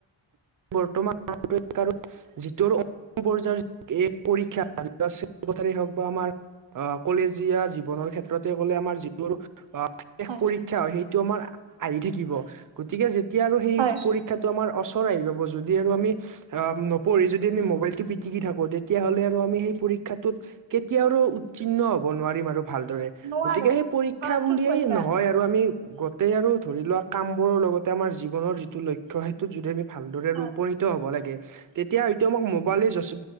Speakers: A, on the right (about 45°); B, on the right (about 70°).
A: বৰ্তমান আৰু <unintelligible> যিটোৰ <unintelligible> পৰ্যায়ৰ এই পৰীক্ষা <unintelligible> কথাৰে হওক। বা আমাৰ আ কলেজীয়া জীৱনৰ ক্ষেত্ৰতে কলে আমাৰ যি মোৰ অ শেষ
B: হয়,
A: পৰীক্ষা হয় সেইটো আমাৰ। আহি থাকিব গতিকে যেতিয়া আৰু সেই
B: হয়,
A: পৰীক্ষাটো আমাৰ ওচৰ আহি পাব যদি আৰু আমি নপঢ়ি যদি আমি মবাইলটো পিটিকি থাকো তেতিয়াহলে আৰু আমি সেই পৰিক্ষাটোত কেতিয়াওঁ আৰু উত্তীৰ্ণ হব নোৱাৰিম আৰু ভালদৰে
B: নোৱাৰো
A: গতিকে সেই পৰীক্ষা
B: হয়
A: বুলিয়েই
B: ঠিক কৈছা
A: নহয় আৰু। আৰু আমি গোটেই আৰু ধৰি লোৱা কামবোৰৰ লগতে আমাৰ জীৱনৰ যিটো লক্ষ্য সেইটো যদি আমি ভালদৰে আৰু
B: হয়,
A: উপনিত হ'ব লাগে তেতিয়া হয়তো আমাক মোবাইলে যথে